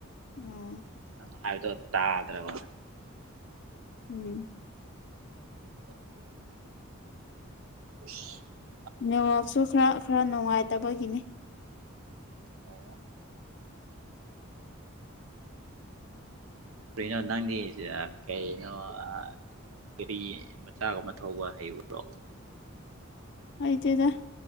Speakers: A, on the left (about 55°); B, on the right (about 80°).
A: ꯎꯝ
B: ꯅꯪ ꯍꯥꯏꯕꯗꯣ ꯇꯥꯗ꯭ꯔꯕ
A: ꯎꯝ
B: ꯑꯁ ꯌꯥꯝ ꯎꯏꯁ
A: ꯅꯦꯠꯋꯥꯛꯁꯨ ꯈꯔ ꯈꯔ ꯅꯨꯡꯉꯥꯏꯇꯕꯒꯤꯅꯤ
B: ꯑꯣ ꯑꯣ ꯀꯔꯤꯅꯣ ꯅꯪꯗꯤ ꯖ ꯀꯩꯅꯣ ꯑ ꯀꯔꯤ ꯃꯆꯥꯒꯨꯝꯃ ꯊꯧꯕ ꯍꯩꯕ꯭ꯔꯣ
A: ꯍꯩꯇꯦꯗ